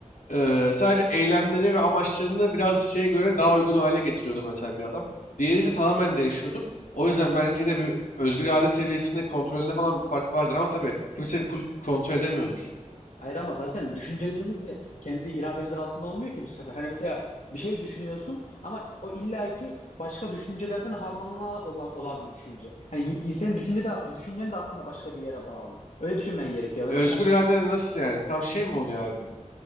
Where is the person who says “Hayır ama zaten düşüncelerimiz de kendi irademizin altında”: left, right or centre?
Left